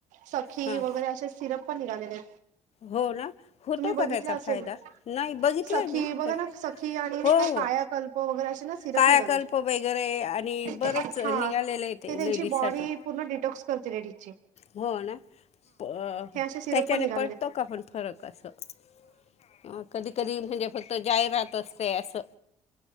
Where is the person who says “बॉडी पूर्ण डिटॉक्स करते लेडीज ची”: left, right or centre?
Right